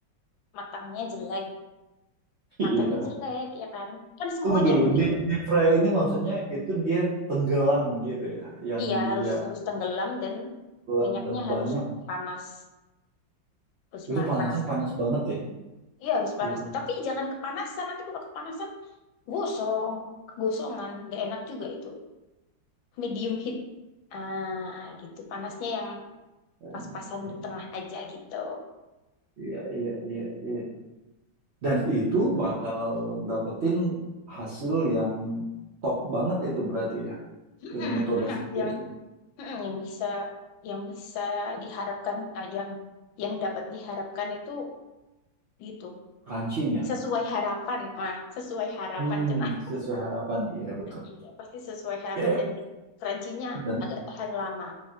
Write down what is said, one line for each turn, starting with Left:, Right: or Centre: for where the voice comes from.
Left: Matangnya jelek.
Right: Iya.
Left: Matangnya jelek ya kan. Kan semuanya
Right: Tunggu dulu,
Left: yang
Right: di, di fry ini maksudnya itu dia tenggelam gitu ya, yang
Left: Iya,
Right: dia
Left: harus harus tenggelam dan
Right: tenggelam
Left: minyaknya
Right: dan
Left: harus
Right: banyak.
Left: panas. Harus
Right: Itu
Left: ma-
Right: panasnya
Left: panas.
Right: panas banget ya,
Left: Iya, harus panas.
Right: bukan?
Left: Tapi jangan kepanasan. Nanti kalau kepanasan, gosong. Kegosongan. Gak enak juga itu. Medium heat. Ah, gitu. Panasnya yang
Right: Keren,
Left: pas-pasan
Right: keren.
Left: di tengah aja gitu.
Right: Iya, iya, iya, iya. Dan itu bakal dapetin hasil yang top banget itu berarti ya,
Left: Mm-mm,
Right: dengan metode
Left: mm-mm.
Right: seperti
Left: Yang
Right: itu.
Left: mm-mm, yang bisa yang bisa diharapkan ah, yang yang dapat diharapkan itu gitu.
Right: Crunchy-nya.
Left: Sesuai harapan. ah sesuai harapan
Right: Hmm,
Left: cenah.
Right: sesuai harapan. Iya, betul.
Left: Iya, pasti sesuai harapan
Right: Iya.
Left: dan crunchy-nya
Right: Dan
Left: agak tahan lama.